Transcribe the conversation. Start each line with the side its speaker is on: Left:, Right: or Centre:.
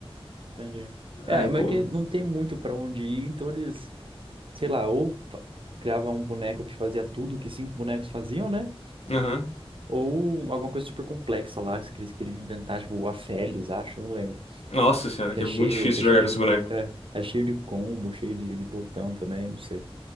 Right: entendi.
Left: Aí,
Right: É, mas
Left: pô.
Right: é que não tem muito pra onde ir, então eles, sei lá, ou fa- criavam um boneco que fazia tudo que cinco bonecos faziam, né?
Left: Aham.
Right: Ou alguma coisa super complexa lá, que eles queriam inventar, tipo, o Aphelios, acho, eu não lembro.
Left: Nossa senhora,
Right: Que
Left: que
Right: é
Left: é
Right: cheio,
Left: muito difícil
Right: que é cheio
Left: jogar
Right: de.
Left: com esse boneco.
Right: É, é cheio de combo, cheio de, de botão também, não sei.